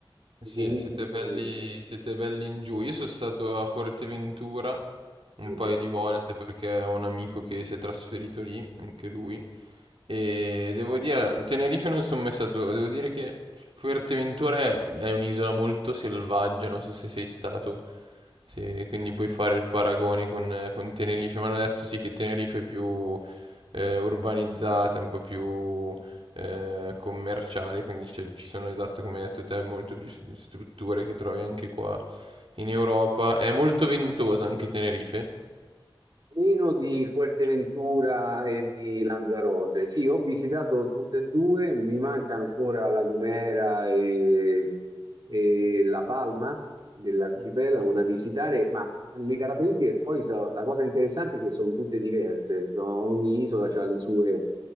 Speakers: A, on the right; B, on the right.
A: vicinissimi
B: Eh sì, siete belli,
A: al-
B: siete belli in giù. Io sono stato a Forteventura un
A: al-
B: paio di volte perché ho un amico che si è trasferito lì, anche lui. E devo dire, Tenerife non sono mai stato, devo dire che Fuerteventura è, è un'isola molto selvaggia, non so se sei stato, se- quindi puoi fare il paragone con, con Tenerife, mi hanno detto sì che Tenerife è più eh, urbanizzata, un po' più eh, commerciale, quindi c'è- ci sono esatto come hai detto te, molto più s- strutture che trovi anche qua in Europa. È molto ventosa anche Tenerife.
A: Nino di Fuerteventura e di Lanzarote. Sì, ho visitato tutte e due, mi manca ancora La Gomera e, e La Palma dell'arcipelago
B: Mhm.
A: da visitare, ma le caratteristiche poi so- la cosa interessante è che sono tutte diverse, sono- ogni isola ha le sue,